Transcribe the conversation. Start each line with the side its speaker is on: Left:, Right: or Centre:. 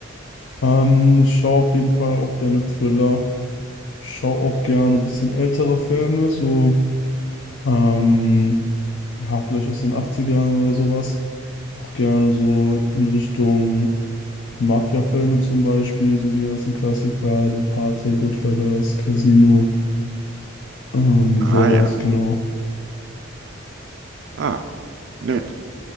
Left: Ähm, ich schaue auf jeden Fall auch gerne Thriller. Ich schaue auch gerne ein bisschen ältere Filme, so, ähm, ja, vielleicht aus den Achtzigern oder sowas. Auch gerne so in Richtung Mafia-Filme zum Beispiel, so die ganzen Klassiker, Der Pate, Goodfellas, Casino, ähm,
Right: Ah
Left: sowas,
Right: ja.
Left: genau.
Right: Ah, nett.